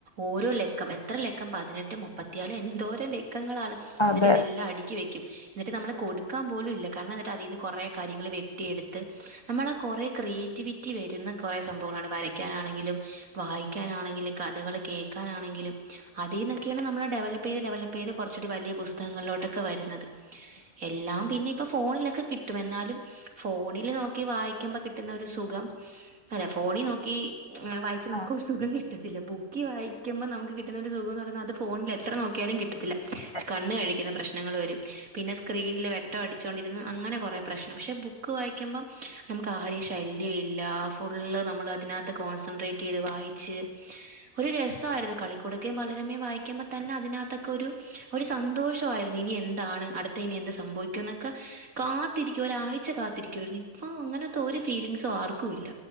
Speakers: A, on the right; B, on the left.
A: ഓരോ ലെക്കം എത്ര ലക്കം പതിനെട്ട് മുപ്പത്തിയാല് എന്തോരം ലേക്കങ്ങളാണ്
B: അതെ
A: എന്നിട്ട് ഇതെല്ലാം അടുക്കി വെക്കും എന്നിട്ട് നമ്മള് കൊടുക്കാൻ പോലും ഇല്ല കാരണം എന്നിട്ട് അതിൽ നിന്ന് കുറെ കാര്യങ്ങൾ വെട്ടിയെടുത്ത് നമ്മള് കുറേ ക്രിയേറ്റിവിറ്റി വരുന്ന കുറേ സംഭവങ്ങളാണ് വരക്കുന്നത് ണെങ്കിലും വായിക്കാനാണെങ്കിലും കഥകൾ കേൾക്കാനാണെങ്കിലും അതിൽന്നൊക്കെയാണ് നമ്മളെ ഡെവലപ്പ് ഡെവലപ്പ് ചെയ്തു ഡെവലപ്പ് ചെയ്ത് കുറച്ചൂടി വലിയ പുസ്തകങ്ങളോട്ടൊക്കെ വരുന്നത്
B: <inaudible>
A: എല്ലാം പിന്നെ ഇപ്പൊ ഫോണിലൊക്കെ കിട്ടും എന്നാലും ഫോണില് നോക്കി വായിക്കുമ്പോ കിട്ടുന്ന ഒരു സുഖം അല്ല ഫോണിൽ നോക്കി വായിച്ച് നമുക്ക്
B: ആഹ്
A: ഒരു സുഖം കി കിട്ടത്തില്ല ബുക്ക് നോക്കിവായിക്കുമ്പൾ നമുക്ക് കിട്ടുന്ന സുഖംന്ന് പറഞ്ഞാ അത് ഫോണിൽ എത്ര നോക്കിയാലും കി ട്ടത്തില്ല
B: അതെ
A: കണ്ണ് കഴിക്കുന്ന പ്രശ്നങ്ങൾ വരും പിന്നെ സ്ക്രീനിൽ വെട്ട വച്ചൊണ്ടിരുന്ന് അങ്ങനെ കുറേ പ്രശ്നം പക്ഷെ ബുക്ക് വായിക്കുമ്പൾ നമുക്ക് ആരെയും ശല്യല്ല ഫുള്ള് നമ്മള് അതിനകത്ത് കോൺസെൻട്രേറ്റ് ചെയ്ത് വായിച്ച് ഒരു രസമായിരുന്നു കളിക്കൂടക്കെയും ബാലരമയും വായിക്കുമ്പോ തന്നെ അതിനകത്തൊക്കെ ഒരു ഒരു സന്തോഷമായിരുന്നു ഇനി എന്താണ് അടുത്തത് ഇനി എന്ത് സംഭവിക്കും ക്ക കാത്തിരിക്കും ഒരാഴ്ച്ച കാത്തിരിക്കുവായിരുന്നു ഇപ്പൊ അങ്ങനത്തെ ഒരു ഫീലിംഗ്സും ആർക്കും ഇല്ല